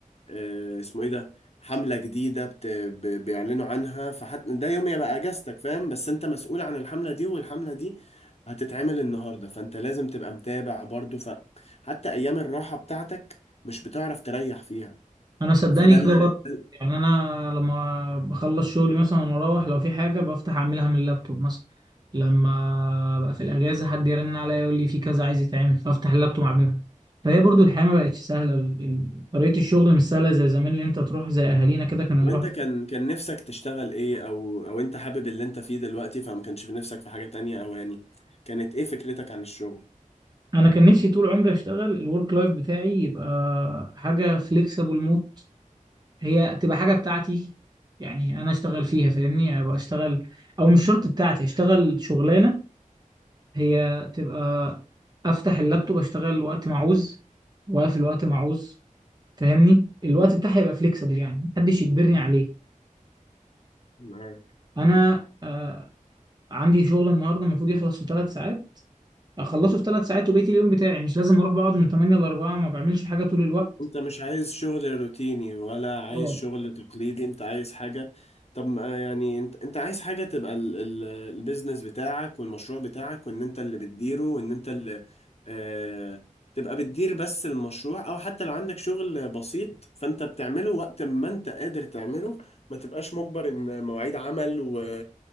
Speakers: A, on the left (about 50°); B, on the right (about 30°).
A: آه، اسمه ايه ده حملة جديدة بت... ب- بيعلنوا عنها فحتى ده يوم يبقى اجازتك فاهم بس انت مسؤول عن الحملة دي والحملة دي هتتعمل النهاردة فانت لازم تبقى متابع برضو فحتى ايام الراحة بتاعتك مش بتعرف تريح فيها
B: انا صدقني
A: فده
B: كده
A: ال-
B: برضه
A: ده
B: يعني انا لما بخلص شغلي مثلا واروح لو في حاجه بفتح اعملها من اللابتوب مثلا لما بقى في الاجازه حد يرن عليا يقول لي في كذا عايز يتعمل فافتح اللابتوب اعملها فهي برضو الحياه ما بقتش سهله ال- ال- طريقه الشغل مش سهله زي زمان اللي انت تروح زي اهالينا كده كانوا
A: طب
B: يروحوا
A: انت كان كان نفسك تشتغل ايه او او انت حابب اللي انت فيه دلوقتي فما كانش في نفسك في حاجة تانية او يعني كانت ايه فكرتك عن الشغل
B: انا كان نفسي طول عمري اشتغل الورك لايف بتاعي يبقى حاجه فليكسبل موت هي تبقى حاجه بتاعتي يعني انا اشتغل فيها فاهمني يعني ابقى اشتغل او مش شرط بتاعتي اشتغل شغلانه هي تبقى افتح اللابتوب اشتغل وقت ما عاوز واقفل وقت ما عاوز فاهمني الوقت بتاعي يبقى فليكسبل يعني محدش يجبرني عليه
A: معاك.
B: انا آه عندي شغل النهارده المفروض يخلص في ثلاث ساعات اخلصه في ثلاث ساعات وبقيت اليوم بتاعي مش لازم اروح بقعد من 8 ل 4 ما بعملش حاجه طول الوقت
A: انت مش عايز شغل روتيني ولا عايز
B: أوه.
A: شغل تقليدي انت عايز حاجة طب ما يعني انت انت عايز حاجة تبقى ال... ال... البيزنس بتاعك والمشروع بتاعك وان انت اللي بتديره وان انت اللي آه... تبقى بتدير بس المشروع او حتى لو عندك شغل بسيط فانت بتعمله وقت ما انت قادر تعمله ما تبقاش مجبر ان مواعيد عمل و...